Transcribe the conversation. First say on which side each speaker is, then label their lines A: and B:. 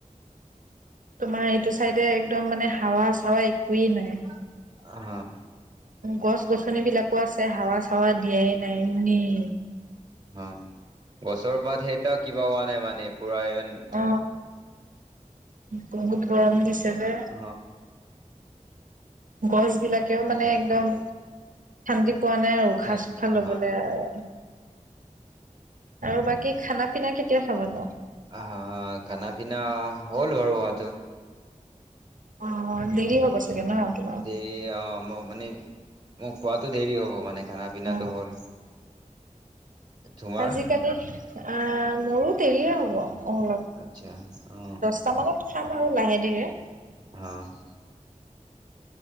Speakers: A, on the right; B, on the right.
A: তোমাৰ এইটো চাইডে একদম মানে হাৱা চাৱা একোৱে নাই
B: অ
A: গছ গছনি বিলাকো আছে হাৱা চাৱা দিয়াই নাই এনেই
B: অ গছৰ পাত সেতাও কিবা হোৱা নাই মানে পুৰা ইমান
A: অ বহুত গৰম দিছে যে
B: অ
A: গছ বিলাকেও মানে একদম শান্তি পোৱা নাই আৰু উশাহ
B: ঠান
A: চুশাহ লবলৈ
B: অ
A: আৰু আৰু বাকী খানা পিনা কেতিয়া খাব নো
B: আ খানা পিনা হ'ল বাৰু হোৱাটো
A: অ দেৰি হ'ব চাগে নহ
B: দেৰি অ মই মানে মোৰ খোৱাতো দেৰি হ'ব মানে খানা পিনাটো
A: অ
B: হ'ল, তোমাৰ?
A: আজিকালি কেনে? অ', মোৰো দেৰিয়ে হ'ব অ'।
B: আচ্ছা, উম।
A: তাৰ লগত খাম আৰু লাহে ধীৰে।
B: অ'।